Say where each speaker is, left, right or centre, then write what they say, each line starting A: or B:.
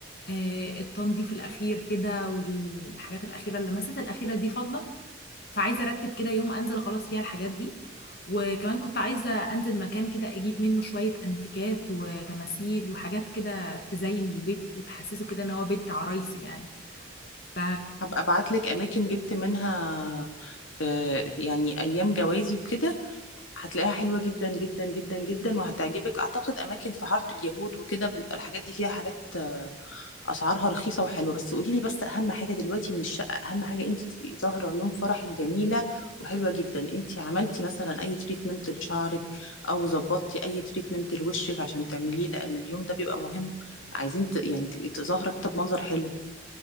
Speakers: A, on the left; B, on the left.
A: آه، التنظيف الأخير كده والحاجات الأخيرة اللمسات الأخيرة دي فاضلة فعايزة أرتب كده يوم أنزل خلاص فيها الحاجات دي وكمان كنت عايزة أنزل مكان كده أجيب منه شوية أنتيكات وتماثيل وحاجات كده تزين البيت وتحسسه كده إن هو بيت عرايسي يعني ف
B: هبقى ابعت لك اماكن جبت منها في يعني ايام جوازي وكده هتلاقيها حلوه جدا جدا جدا جدا وهتعجبك اعتقد اماكن في حاره اليهود وكده بيبقى الحاجات دي فيها حاجات اسعارها رخيصه وحلوه بس قولي لي بس اهم حاجه دلوقتي من الشقه اهم حاجه انت تبقي ظاهره يوم فرحك جميله وحلوه جدا انت عملتي مثلا اي تريتمنت لشعرك او ظبطتي اي تريتمنت لوشك عشان تعمليه لان اليوم ده بيبقى مهم عايزين ت- يعني تبقي ظاهره كده بمنظر حلو